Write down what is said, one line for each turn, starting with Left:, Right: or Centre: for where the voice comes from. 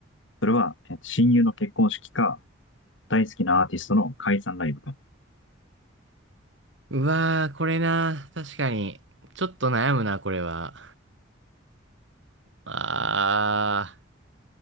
Left: それは、えーと親友の結婚式か、大好きなアーティストの解散ライブか。
Right: うわー、これな。確かに。ちょっと悩むな、これは。あ